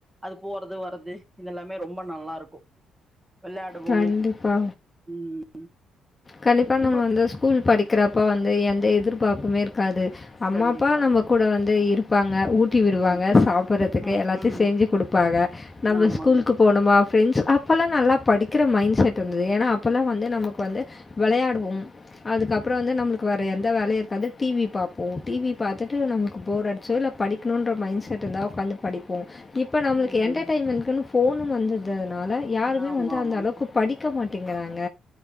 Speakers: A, on the right (about 15°); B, on the left (about 20°).
A: அது போறது வறது இது எல்லாமே ரொம்ப நல்லா இருக்கு வெளையாடுவோ
B: கண்டிப்பா
A: ம்
B: கண்டிப்பா
A: உங்களுக்கு
B: நம்ம வந்து ஸ்கூல் படிக்கிறப்போ வந்து எந்த எதிர்பார்ப்புமே இருக்காது அம்மா
A: கண்டிப்பாங்க
B: அப்பா நம்ம கூட வந்து இருப்பாங்க ஊட்டி விடுவாங்க
A: ம்
B: சாப்புட்றதுக்கு
A: ம்
B: எல்லாத்தையு
A: ம்
B: செஞ்சு குடுப்பாங்க நம்ம
A: ஆமாங்க
B: ஸ்கூலுக்கு போனுமா ஃப்ரெண்ட்ஸ் அப்பெல்லா நல்லா படிக்கிற மைண்ட் செட் இர்ந்தது ஏன்னா அப்பெல்லா வந்து நமக்கு வந்து வெளையாடுவோம் அதுக்கப்றோ வந்து நம்மளுக்கு வேற எந்த வேலையு இருக்காது டி வி பாப் போ டி வி பாத்துட்டு நமக்கு போர் அடிச்சோ இல்ல படிக்ணுன்ற மைண்ட் செட் இருந்தா ஒக்காந்து படிப்போ இப்ப நம்ளுக்கு
A: ம்
B: என்டெர்டெய்ன்மெண்குன்னு ஃபோனு வந்ததுனால யாருமே
A: ஆமா
B: வந்து
A: ஆமாங்க
B: அந்த அளவுக்கு படி க்க மாட்டேங்கிறாங்க